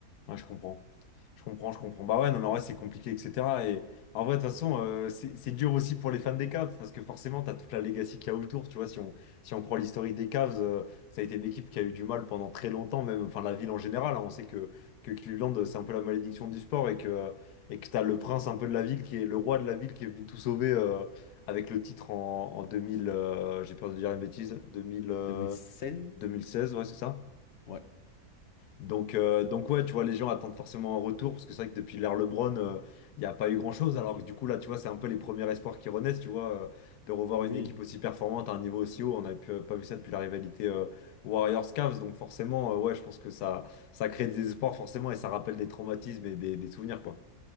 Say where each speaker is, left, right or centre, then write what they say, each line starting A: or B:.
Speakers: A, on the left (about 85°); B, on the left (about 50°).
A: Ouais, je comprends. Je comprends, je comprends. Bah ouais, non, mais en vrai, c'est compliqué, etc. Et en vrai, de toute façon, euh, c'est c'est dur aussi pour les fans des Cavs, parce que forcément, t'as toute la legacy qu'il y a autour. Tu vois, si on, si on prend l'historique des Cavs, euh, ça a été une équipe qui a eu du mal pendant très longtemps, même, enfin, la ville en général. hein. on sait que, que Cleveland, euh, c'est un peu la malédiction du sport et que, euh, et que t'as le prince un peu de la ville, qui est le roi de la ville, qui est venu tout sauver euh, avec le titre en, en 2000, euh, j'ai peur de dire une bêtise, 2000, euh,
B: 2016?
A: deux mille seize, ouais, c'est ça?
B: Ouais,
A: Donc, euh, donc ouais, tu vois, les gens attendent forcément un retour, parce que c'est vrai que depuis l'ère LeBron, euh, il n'y a pas eu grand-chose, alors que du coup, là, tu vois, c'est un peu les premiers espoirs qui renaissent, tu vois, euh, de revoir
B: oui,
A: une équipe aussi performante à un niveau aussi haut. On n'a pu- euh, pas vu ça depuis la rivalité euh, Warriors-Cavs, donc forcément, euh, ouais, je pense que ça, ça crée des espoirs, forcément, et ça rappelle des traumatismes et des, des souvenirs, quoi.